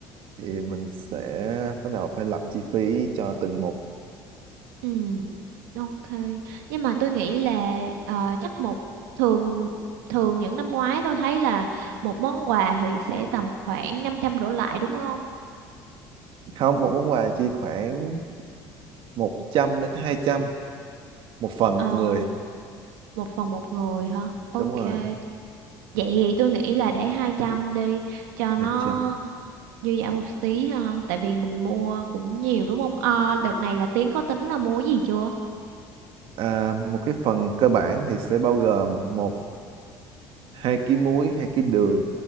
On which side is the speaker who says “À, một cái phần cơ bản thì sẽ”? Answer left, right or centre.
Right